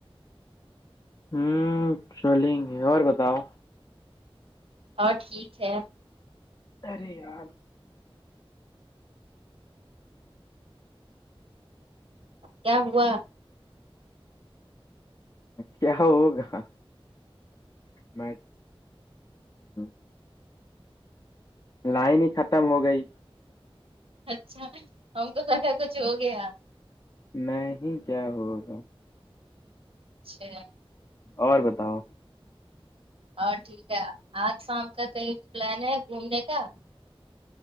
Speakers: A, on the left; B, on the right.
A: ہوں چلیں گے اور بتاؤ
B: اور ٹھیک ہے
A: ارے یار <inaudible>
B: کیا ہوا
A: کیا ہوگا ہ <inaudible> لائن ہی ختم ہو گئی
B: اچھا ہم کو تو کیا کچھ ہو گیا
A: نہیں کیا ہوگا
B: اچھا <inaudible>
A: اور بتاؤ
B: اور ٹھیک ہے آج شام کا کہئی پلان ہے گھومنے کا